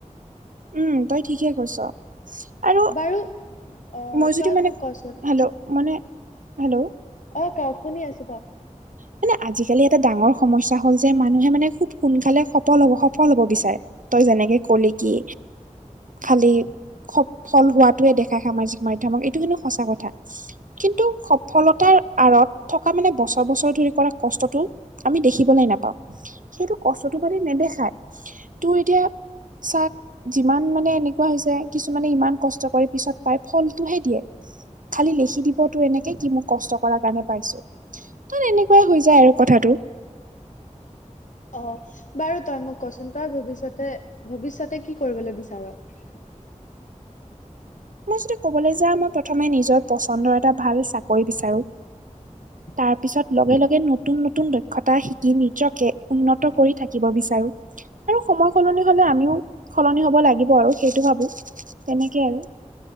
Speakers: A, on the right (about 85°); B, on the left (about 75°).
A: উম' তই ঠিকেই কৈছ আৰু
B: বাৰু অ
A: মই যদি
B: তই
A: মানে,
B: মোক কচোন
A: হেল্ল'। মানে, হেল্ল'।
B: অহ, কওঁক শুনি আছোঁ কওঁক।
A: মানে আজিকালি এটা ডাঙৰ সমস্যা হ'ল যে মানুহে মানে খুব সোনকালে সফল হব সফল হ'ব বিচাৰে। তই যেনেকে কলি কি? খালি সফল হোৱাাতোৱে দেখায় সামাজিক মাধ্যমক এইটো কিন্তু সঁচা কথা। য কিন্তু সফলতাৰ আঁৰত থকা মানে বছৰ বছৰ ধৰি। কম কষ্টটো আমি দেখিবলৈ নাপাওঁ সেইটো কষ্টটো মানে নেদেখায়। তোৰ এতিয়া চাক। যিমান মানে এনেকুৱা হৈছে, কিছুমানে ইমান কষ্ট কৰি পিছত পাই ফলটোহে দিয়ে। খালি লিখি দিবতো এনেকে কি মোক কষ্ট কৰাৰ কাৰণে পাইছো ত এনেে। হৈ যায় আৰু কথাটো।
B: অহ, বাৰু তই মোক কচোন তই ভৱিষ্যতে-ভৱিষ্যতে কি কৰিবলৈ বিচাৰ? <inaudible>
A: মই যদি কবলৈ যাওঁ মই প্ৰথমে নিজৰ পচন্দৰ এটা ভাল চাকৰি বিচাৰো।
B: উ <inaudible>
A: তাৰপিছত লগে-লগে নতুন-নতুন দক্ষতা শিকি নিজকে উন্নত কৰি থাকিব বিচাৰোঁ। আৰু সময় সলনি হ'লে আমিও সলনি হ'ব লাগিব আৰু সেইটো ভাবোঁ। তেনেকে আৰু।